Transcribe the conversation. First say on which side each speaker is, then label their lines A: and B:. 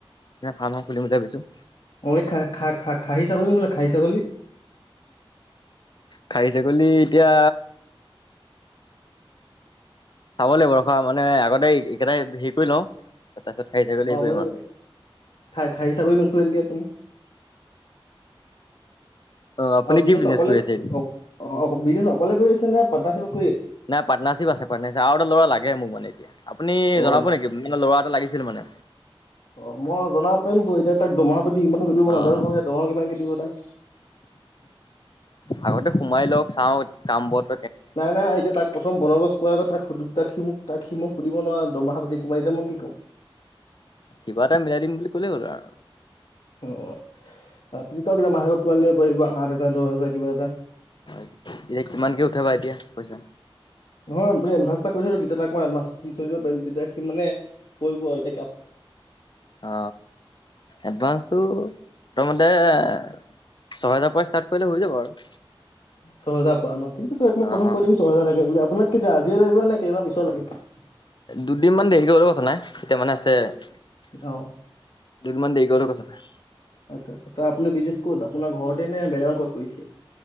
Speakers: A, on the left (about 50°); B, on the left (about 70°).
A: নে, ফাৰ্ম খুলিম ভাবিছোঁ।
B: অ খা খা খা খাহি ছাগলী নচলে খাহি ছাগলী
A: খাইি ছাগলী এতিয়া চাব লাগিব ৰখা মানে আগতে এইকেইটাই হেৰি কৰি লওঁ তাৰপিছত খাহী ছাগলী
B: অ
A: হেৰি কৰিম
B: মইতো
A: আৰু
B: খাহী চাগলী নুখোলে নেকি আপুনি
A: অ আপুনি
B: আৰু ব্ৰিজেশ
A: কি বিজনেছ
B: অকলে
A: কৰি
B: ব্ৰিজেশ
A: আছে এনে
B: অকলে কৰি আছে নে পাটনাৰশ্বিপত
A: নাই পাৰ্টনাৰশ্বিপ আছে‌ পাৰ্টনাৰশ্বিপ আৰু এটা লৰা লাগে মোক মানে। এতিয়া আপুনি
B: অ
A: জনাব নেকি মানে ল'ৰা এটা লাগিছিল মানে
B: অ', মই জনাব পাৰিম ব এতিয়া তাক দোমাহ কিমান কৰি দিব
A: অ'
B: নাজানো নহয়, সেই দৰমহা কিমানকে দিব তাক?
A: আগতে সোমাই লওক চাওঁ কাম বত
B: নাই নাই এতিয়া তাক প্ৰথম বনবস কৰ কৰা আগত তাক সুধ তাক সিমোক তাক সি মোক সুধিবো <unintelligible> দৰমহা মই কি কওঁ।
A: কিবা এটা মিলাই দিম বুলি কলেই হ'ল আৰু
B: অ', আপুনি কক এ মাহেকক কিমান দিব পিব আঠ হাজাৰ দহ হাজাৰ কিবা এটা।
A: হয় এতিয়া কিমানকে উঠাবা এতিয়া পইচা।
B: নহয় বো এডভান্স এটা কৰি থৈো তেতিয় তাক মই এডভান্সটো দি থৈ দিব পাৰিম তেতিয়া সি মানে কৰিব আৰু এতিয়া
A: অ এডভান্সটো প্ৰথমতে ছয় হেজাৰ পৰা ষ্টাৰ্ট কৰিলে হৈ যাব আৰু।
B: ছয় হাজাৰ পোৱা ন', ঠিক আছে মই
A: অ
B: প্ৰথম
A: অ
B: ক দিম ছয় হাজাৰ লাগে বুলি। আপোনাক কেতিয়া আজিয়ে লাগিব নে কেইদিনমান পিছত লাগে?
A: দুদিন মান দেৰিকে হ'ল কথা নাই এতিয়া মানে আছে দুদিনমান
B: অ'।
A: দেৰি কৰিলেও কথা নাই।
B: আচ্ছা আচ্ছা আপুনি বিজনেছ ক'ত আপোনাৰ ঘৰতে নে বেলেগ ক'ত কৰিছে?